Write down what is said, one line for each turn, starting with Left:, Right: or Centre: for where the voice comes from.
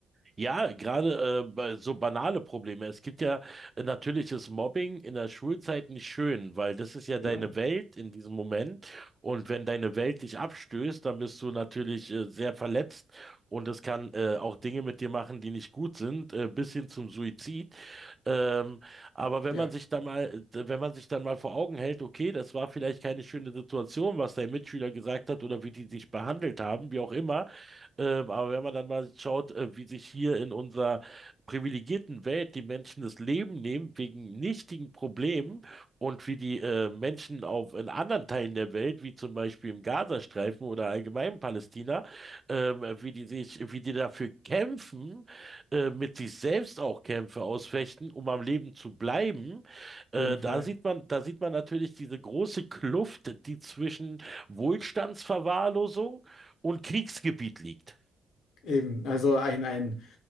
Right: Ja, gerade äh, bei- so banale Probleme. Es gibt ja äh, natürlich ist Mobbing in der Schulzeit nicht schön, weil das ist ja deine
Left: Genau.
Right: Welt in diesem Moment. Und wenn deine Welt dich abstößt, dann bist du natürlich äh, sehr verletzt und es kann äh, auch Dinge mit dir machen, die nicht gut sind, äh, bis hin zum Suizid. Ähm, aber wenn
Left: Ja,
Right: man
Left: auf
Right: sich dann mal, äh, wenn man sich dann mal vor Augen hält, okay, das war vielleicht keine schöne Situation, was dein Mitschüler gesagt hat oder wie die dich behandelt haben, wie auch immer. Ähm, aber wenn man dann mal schaut, äh, wie sich hier in unserer privilegierten Welt die Menschen das Leben nehmen wegen nichtigen Problemen und wie die äh, Menschen auf, in anderen Teilen der Welt, wie zum Beispiel im Gazastreifen oder allgemein in Palästina, ähm, wie die sich, wie die dafür kämpfen, äh, mit sich selbst auch Kämpfe ausfechten, um am Leben zu bleiben, äh,
Left: jeden
Right: da
Left: Fall.
Right: sieht man, da sieht man natürlich diese große Kluft, die zwischen Wohlstandsverwahrlosung und Kriegsgebiet liegt.
Left: Eben. Also ein, ein